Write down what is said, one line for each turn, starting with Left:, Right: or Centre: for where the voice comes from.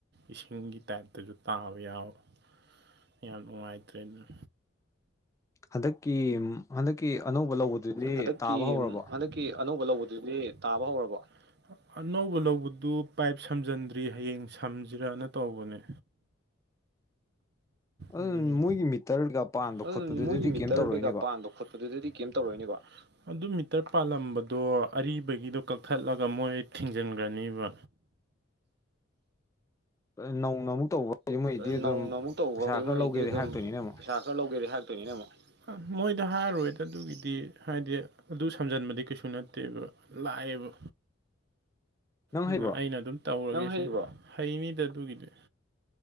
Right: ꯏꯁꯤꯡꯒꯤ ꯇꯥꯏꯞꯇꯁꯨ ꯇꯥꯕ ꯌꯥꯎꯋꯦ ꯌꯥꯝ ꯅꯨꯡꯉꯥꯏꯇ꯭ꯔꯦ ꯑꯗꯨꯅ
Left: ꯍꯟꯗꯛꯀꯤ ꯍꯟꯗꯛꯀꯤ ꯑꯅꯧꯕ ꯂꯧꯕꯗꯨꯗꯤ
Right: ꯍꯟꯗꯛꯀꯤ
Left: ꯇꯥꯕ ꯍꯧꯔꯕꯣ
Right: ꯍꯟꯗꯛꯀꯤ ꯑꯅꯧꯕ ꯂꯧꯕꯗꯨꯗꯤ ꯇꯥꯕ ꯍꯧꯔꯕꯣ ꯑꯅꯧꯕ ꯂꯧꯕꯗꯨ ꯄꯥꯏꯞ ꯁꯝꯖꯤꯟꯗ꯭ꯔꯤ ꯍꯌꯦꯡ ꯁꯝꯖꯤꯔꯅ ꯇꯧꯕꯅꯦ
Left: ꯑꯗꯨ
Right: ꯎꯝ
Left: ꯃꯣꯏꯒꯤ ꯃꯤꯇꯔ ꯀꯩꯀꯥ ꯄꯥꯟꯕ
Right: ꯑꯗꯨ
Left: ꯈꯣꯠꯄꯗꯨꯗꯗꯤ
Right: ꯃꯣꯏꯒꯤ ꯃꯤꯇꯔ
Left: ꯀꯩꯝ ꯇꯧꯔꯛꯑꯣꯏꯅꯦꯀꯣ
Right: ꯀꯩꯀꯥ ꯄꯥꯟꯕ ꯈꯣꯠꯄꯗꯨꯗꯗꯤ ꯀꯩꯝ ꯇꯧꯔꯛꯑꯣꯏꯅꯦꯀꯣ ꯑꯗꯨ ꯃꯤꯇꯔ ꯄꯥꯜꯂꯝꯕꯗꯣ ꯑꯔꯤꯕꯒꯤꯗꯣ ꯀꯛꯊꯠꯂꯒ ꯃꯣꯏ ꯊꯤꯡꯖꯟꯈ꯭ꯔꯅꯦꯕ
Left: ꯑ ꯅꯧꯅ ꯑꯃꯨꯛ ꯇꯧꯕ ꯍꯥꯏꯗꯤ ꯃꯣꯏꯗꯤ
Right: ꯑ
Left: ꯑꯗꯨꯝ
Right: ꯅꯧꯅ ꯑꯃꯨꯛ ꯇꯧꯕ
Left: ꯄꯩꯁꯥ ꯈꯔ
Right: ꯃꯣꯏꯗꯤ
Left: ꯂꯧꯒꯦꯗꯤ
Right: ꯑꯗꯨꯝ
Left: ꯍꯥꯏꯔꯛꯇꯣꯏꯅꯤꯅꯦ ꯑꯃꯨꯛ
Right: ꯄꯩꯁꯥ ꯈꯔ ꯂꯧꯒꯦꯗꯤ ꯍꯥꯏꯔꯛꯇꯣꯏꯅꯤꯅꯦ ꯑꯃꯨꯛ ꯑ ꯃꯣꯏꯗ ꯍꯥꯏꯔꯣꯏꯗ ꯑꯗꯨꯒꯤꯗꯤ ꯍꯥꯏꯗꯤ ꯑꯗꯨ ꯁꯝꯖꯟꯕꯗꯤ ꯀꯩꯁꯨ ꯅꯠꯇꯦꯕ ꯂꯥꯏꯕ
Left: ꯅꯪ
Right: ꯎꯝ
Left: ꯍꯩꯕ꯭ꯔꯣ
Right: ꯑꯩꯅ ꯑꯗꯨꯝ ꯇꯧꯔ ꯅꯪ ꯑꯩ ꯍꯩꯅꯤꯗ ꯑꯗꯨꯒꯤꯗꯤ